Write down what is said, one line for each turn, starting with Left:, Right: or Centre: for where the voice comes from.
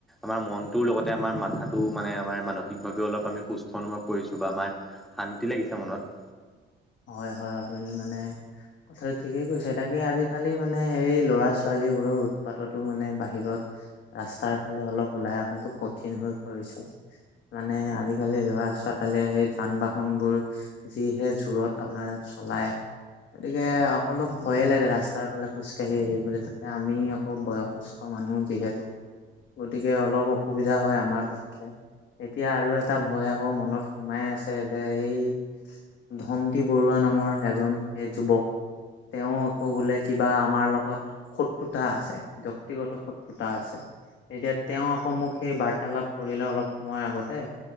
Centre: আমাৰ মনটোৰ লগতে আমাৰ মাথাটো মানে আমাৰ মানসিকভাৱেও অলপ আমি সুস্থ অনুভৱ কৰিছো, বা আমাৰ শান্তি লাগিছে মনত।
Left: হয়, হয়, আপুনি মানে কথাটো ঠিকেই কৈছে, তাকে আজিকালি মানে এই ল'ৰা ছোৱালী বোৰৰ উৎপাততো মানে বাহিৰত ৰাস্তাৰ ফালে অলপ উলাই অহাটো কঠিন হৈ পৰিছে। মানে আজিকালি ল'ৰা- ছোৱালীয়ে সেই যান-বাহন বোৰ যিহে জোৰত আপোনাৰ চলাই গতিকে অকলপ ভয়ে লাগে ৰাস্তাৰ ফালে খোজকাঢ়ি আহি বলে তাতে আমি অ', বয়সস্থ মানুহ যিহেতু গতিকে অলপ অসুবিধা হয় আমাৰ পক্ষে। এতিয়া আৰু এটা ভয় আকৌ মনত সোমাই আছে যে, এই ধন কি বৰুৱা নামৰ এজন এই যুৱক তেওঁ আকৌ বোলে কিবা আমাৰ লগত শত্ৰুতা আছে, ব্যক্তিগত শত্ৰুতা আছে। এতিয়া তেওঁ আকৌ মোক সেই বাৰ্তালাপ কৰিলে অলপ সময় আগতে